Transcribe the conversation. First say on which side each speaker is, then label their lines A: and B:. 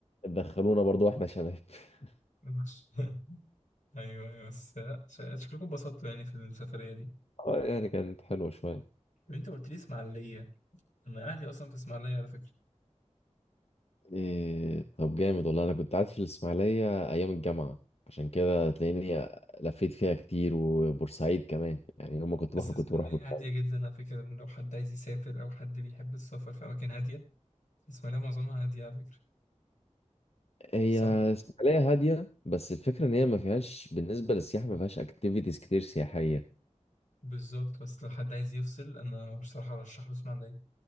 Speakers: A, on the left (about 55°); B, on the left (about 85°).
A: دخلونا برضو واحنا شباب <laughs>
B: <laughs> ايوه ايوه بس لا ش- شكلكم اتبسطتوا يعني في السفريه دي
A: اه يعني كانت حلوه شويه
B: طب انت قلت لي اسماعيليه انا اهلي اصلا في اسماعيليه على فكره
A: إيه طب جامد والله انا كنت قاعد في الاسماعيليه ايام الجامعه عشان كده تلاقيني لفيت فيها كتير وبورسعيد كمان يعني يوم ما كنت
B: بس
A: بخرج
B: اسماعيليه
A: كنت بروح بورسعيد
B: هاديه جدا على فكره ان لو حد عايز يسافر او حد بيحب السفر في اماكن هاديه اسماعيليه معظمها هاديه على فكره
A: هي
B: صح
A: ساحلية هادية بس الفكرة إن هي ما فيهاش بالنسبة للسياحة ما فيهاش أكتيفيتيز كتير سياحية
B: بالظبط بس لو حد عايز يفصل انا بصراحه ارشح له اسماعيليه